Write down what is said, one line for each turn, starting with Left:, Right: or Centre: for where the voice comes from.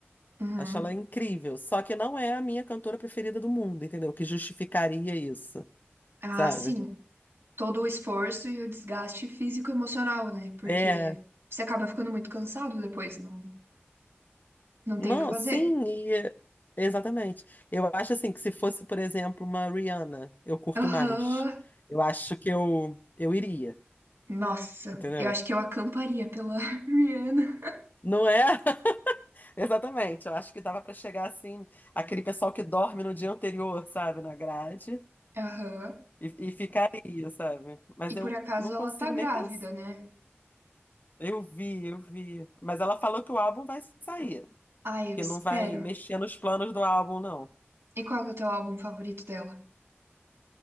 Right: Uhum.
Left: acho ela incrível, só que não é a minha cantora preferida do mundo, entendeu? Que justificaria isso,
Right: Ah,
Left: sabe?
Right: sim. todo o esforço e o desgaste físico e emocional, né? Porque
Left: É.
Right: você acaba ficando muito cansado depois, não, não
Left: Não,
Right: tem o que fazer.
Left: sim, e- é, exatamente. Eu acho assim que se fosse, por exemplo, uma Rihanna, eu curto
Right: Aham.
Left: mais. Eu acho que eu, eu iria,
Right: Nossa,
Left: entendeu?
Right: eu acho que eu acamparia pela <laughs> Rihanna.
Left: Não é? <laughs> Exatamente. Eu acho que dava pra chegar assim, aquele pessoal que dorme no dia anterior, sabe, na grade,
Right: Aham.
Left: e, e ficaria, sabe? Mas
Right: E
Left: eu
Right: por acaso
Left: não
Right: ela
Left: consigo
Right: tá grávida,
Left: nem pensar.
Right: né?
Left: Eu vi, eu vi. Mas ela falou que o álbum vai sair,
Right: Ai, eu
Left: que
Right: espero.
Left: não vai mexer nos planos do álbum, não.
Right: E qual que é o teu álbum favorito dela?